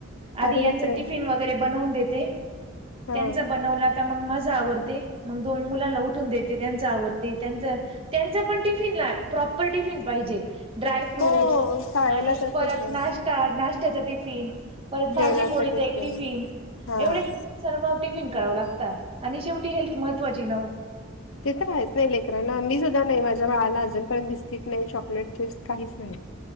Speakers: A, on the right (about 30°); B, on the left (about 70°).
A: आधी
B: अरे
A: यांच
B: बापरे!
A: टिफिन वगैरे बनवून देते
B: हां.
A: त्यांचा बनव का मग माझा आवडते मग दोन मुलांना उठून देते त्यांच आवते त्यांच त्यांचा पण टिफिनला प्रॉपर टिफिन पाहिजे ड्राय फ्रूट्स
B: हो, शाळेला
A: आणि
B: तसंच
A: परत
B: आहे.
A: नाश्ता नाश्त्याचा टिफिन परत भाजी
B: जेवणासाठी
A: पोळीच एक
B: सेम.
A: टिफिन
B: हां.
A: एवढेच सर्व टिफिन करावं लागतात आणि शेवटी हेल्थ महत्वाची नव
B: ते तर आहेयच नाही लेकरराना मी सुद्धा नाही माझ्या बाळाला अजूनपर्यंत बिस्किट नाही चॉकलेट चिप्स काहीच नाही हम